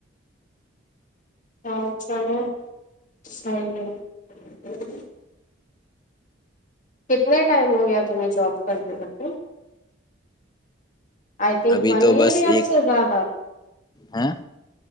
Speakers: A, on the left; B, on the left.
A: ہ چلو صیح ہے <unintelligible> کتنے ٹائم ہو گیا تمہیں جاب کرتے بتے آئی تھنک
B: ابھی
A: ون
B: تو
A: ایئر
B: بس
A: ہی اس
B: ایک
A: سے زیادہ
B: ہیں